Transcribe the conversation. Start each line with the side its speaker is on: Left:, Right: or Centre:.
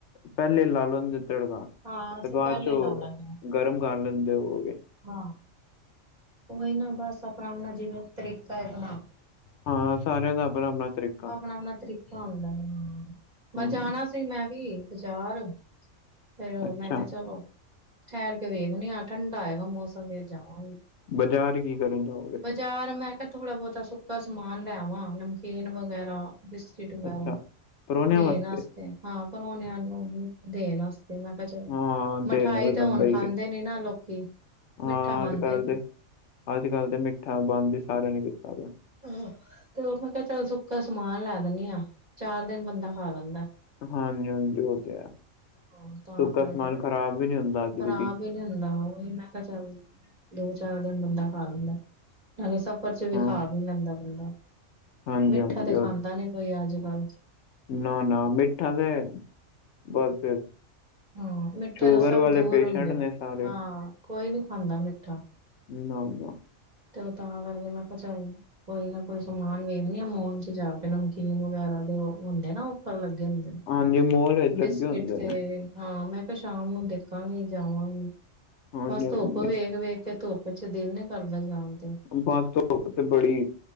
Left: ਪੈਲੇ ਲਾ ਲਾਂਦੇ ਤੜਕਾ
Right: ਹਾਂ ਅਸੀਂ
Left: ਤੇ ਬਾਦ
Right: ਪਹਿਲੇ
Left: ਚੋਂ
Right: ਲਾ ਲੈਂਨੇ ਆ
Left: ਗਰਮ ਕਰ ਲੈਂਦੇ ਹੋਗੇ।
Right: ਹਾਂ ਉਹੀ ਨਾ ਬਸ ਆਪਣਾ-ਆਪਣਾ ਜਿਵੇਂ ਤਰੀਕਾ ਹੈ ਬਣਾ
Left: ਹਾਂ ਸਾਰਿਆਂ ਦਾ ਆਪਣਾ-ਆਪਣਾ ਤਰੀਕ
Right: ਆਪਣਾ-ਆਪਣਾ ਤਰੀਕਾ ਹੁੰਦਾ ਹੂੰ ਬ
Left: ਹਮ
Right: ਜਾਣਾ ਸੀ ਮੈਂ ਵੀ ਬਾਜ਼ਾਰ ਫੇਰ
Left: ਅੱਛਾ
Right: ਮੈਂ ਕਿਆ ਚਲੋ ਠੈਰ ਕੇ ਵੇਖਨੀ ਆ ਠੰਡਾ ਹੋਗਾ ਮੌ ਮੌਸਮ ਫੇਰ ਜਾਵਾਂਗੀ
Left: ਬਾਜ਼ਾਰ ਕੀ ਕਰਨ ਜਾਓਗੇ ਫਿਰ
Right: ਬਾਜ਼ਾਰ ਮੈਂ ਮ ਥੋੜਾ-ਬੋਤਾ ਸੁੱਕਾ ਸਮਾਨ ਲੈ ਆਵਾਂ ਨਮਕੀਨ ਵਗੈਰਾ ਪਿ ਬਿਸਕੁਟ ਵਗੈਰਾ
Left: ਅੱਛਾ ਪਰੋਣਿਆਂ
Right: ਦੇਣ
Left: ਵਾਸਤੇ
Right: ਅਸਤੇ ਹਾਂ ਪਰੋਣਿਆਂ ਨੂੰ ਦੇਣ ਅਸਤ ਮੈਂ ਕਿਆ ਚਲੋ
Left: ਹਾਂ
Right: ਮਿਠਾਈ
Left: ਨਾਲ
Right: ਤੇ
Left: ਬਣਦਾ
Right: ਹੁਣ
Left: ਹੀ
Right: ਖਾਂਦੇ
Left: ਹੈ।
Right: ਨੀ ਨਾ ਲੋਕੀ
Left: ਹਾਂ
Right: ਮਿੱਠਾ ਖਾਂਦੇ
Left: ਅੱਜ ਕੱਲ
Right: ਨੀ।
Left: ਤੇ ਅੱਜ ਕੱਲ੍ਹ ਤੇ ਮਿੱਠਾ ਬੰਦ ਹੀ ਸਾਰਿਆਂ ਨੇ ਕੀਤਾ ਦਾ।
Right: ਆ ਤੇ ਓ ਮੈਂ ਕਿਆ ਚੱਲ ਸੁੱਕਾ ਸਮਾਨ ਲੈ ਦਿੰਨੇ ਆ ਚਾਰ ਦਿਨ ਬੰਦਾ ਖਾ ਲੈਂਦਾ।
Left: ਹਾਂਜੀ-ਹਾਂਜੀ ਓ ਤੇ ਹੈ।
Right: ਹਾਂ
Left: ਸੁੱਕਾ
Right: ਤਾਂ ਕਰਕੇ
Left: ਸਮਾਨ
Right: ਮ
Left: ਖ਼ਰਾਬ ਵੀ ਨੀ ਹੁੰਦਾ ਜਲਦੀ
Right: ਖਰਾਬ ਹੀ ਨੀ ਹੁੰਦਾ ਉਹੀ ਮੈਂ ਮੈਂ ਚੱਲ ਦੋ-ਚਾਰ ਦਿਨ ਬੰਦਾ ਖਾ ਲੈਂਦਾ ਨਾਲੇ ਸਫ਼ਰ ਚ' ਵੀ
Left: ਹਾਂ
Right: ਖਾ ਵੀ ਲੈਂਦਾ ਬੰਦਾ
Left: ਹਾਂਜੀ
Right: ਮਿੱਠਾ
Left: ਹਾਂਜੀ
Right: ਤੇ ਖਾਂਦਾ ਨੀ ਕੋਈ ਅੱਜ ਕੱਲ
Left: ਨਾ-ਨਾ ਮਿੱਠਾ ਤੇ ਬਸ
Right: ਹਾਂ ਮਿੱਠੇ
Left: ਸ਼ੂਗਰ
Right: ਦਾ ਸਭ
Left: ਵਾਲੇ
Right: ਦੂਰ
Left: ਪੇਸ਼ੈਂਟ
Right: ਹੁੰਦੇ ਨੇ
Left: ਸਾਰੇ।
Right: ਹਾਂ ਕੋਈ ਨੀ ਖਾਂਦਾ ਮਿੱਠਾ
Left: <inaudible>
Right: ਤੇ ਤਾਂ ਕਰਕੇ ਮੈਂ ਕਿਆ ਚੱਲ। ਕੋਈ ਨਾ ਕੋਈ ਸਮਾਨ ਵੇਖਣੀ ਆ ਮੋਲ 'ਚ ਜਾ ਕੇ ਨਮਕੀਨ ਵਗੈਰਾ ਦੇ ਓ ਹੁੰਦੇ ਨਾ ਉਪਰ ਲੱਗੇ ਹੁੰਦੇ। ਨੇ
Left: ਹਾਂਜੀ ਮੋਲ ਵਿਚ
Right: ਬਿਸਕਿਟ
Left: ਲੱਗੇ ਹੁੰਦਾ
Right: ਤੇ
Left: ਨੇ।
Right: ਹਾਂ ਮੈਂ ਕਿਆ ਸ਼ਾਮ ਨੂੰ ਦੇਖਾਂਗੀ ਜਾਵਾਂਗੀ
Left: ਹਾਂਜੀ,
Right: ਬਸ
Left: ਹਾਂਜੀ
Right: ਧੁੱਪ ਵੇਖ-ਵੇਖ ਕੇ ਧੁੱਪ ਪਿੱਛੇ ਦਿਲ ਨੀ ਕਰਦਾ ਜਾਣ ਤੇ
Left: ਬਸ ਧੁੱਪ ਤੇ ਬੜੀ